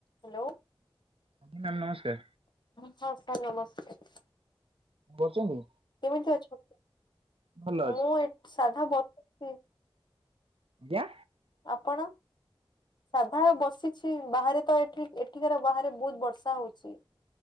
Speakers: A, on the left; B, on the right.
A: ହ୍ୟାଲୋ
B: ଆଜ୍ଞା ମ୍ୟାମ୍ ନମସ୍କାର।
A: ହ ସାର୍ ସାର୍ ନମସ୍କାର।
B: କରୁଛନ୍ତି।
A: କେମିତି ଅଛନ୍ତି
B: ଭଲ ଅଛି।
A: ମୁଁ ଏ ସାଧା ବସିଚି।
B: ଜ୍ଞା।
A: ଆପଣ? ସାଧା ବସିଛି ବାହାରେ ତ ଏଠି ଏଠିକାର ବାହାରେ ବହୁତ ବର୍ଷା ହଉଛି।